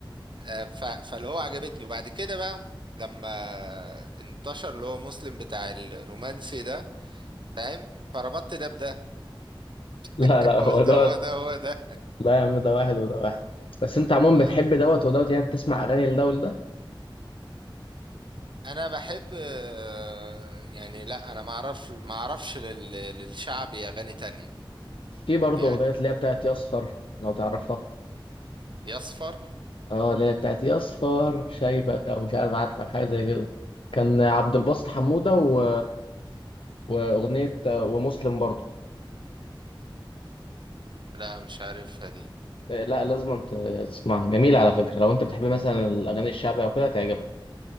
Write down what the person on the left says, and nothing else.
لا
لا
هو ده
لا يا عم ده واحد وده واحد بس انت عموما
بتحب دوت ودوت يعني بتسمع اغاني لدول ده
في برضه
اغنيه اللي هي بتاعت يا اصفر لو تعرفها
اه اللي هي بتاعت يا اصفر شايفك او مش عارف عارفك حاجه زي كده كان عبد الباسط حموده و... واغنيه ومسلم برضه
آه، لا لازم انت تسمعها جميله على فكره لو انت بتحب مثلا الاغاني الشعبيه او كده هتعجبك